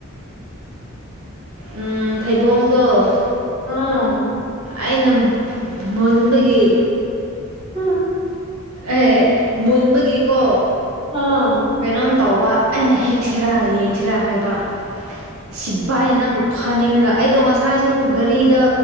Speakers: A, on the right (about 75°); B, on the right (about 25°).
A: ꯎꯝ ꯊꯩꯕꯣꯡꯗꯣ
B: ꯑꯥ
A: ꯑꯩꯅ ꯃꯨꯟꯕꯒꯤ
B: ꯎꯝ
A: ꯑꯦ ꯃꯨꯟꯕꯒꯤꯀꯣ
B: ꯑꯥ
A: ꯀꯩꯅꯣꯝ ꯇꯧꯕ ꯑꯩꯅ ꯍꯦꯛꯁꯤꯔꯥ ꯌꯦꯡꯁꯤꯔꯥ ꯍꯥꯏꯕ ꯁꯤ ꯚꯏꯅ ꯅꯪꯕꯨ ꯐꯅꯤꯡꯉꯒ ꯑꯩ ꯑꯗꯣ ꯉꯁꯥꯏꯁꯨ ꯒꯥꯔꯤꯗ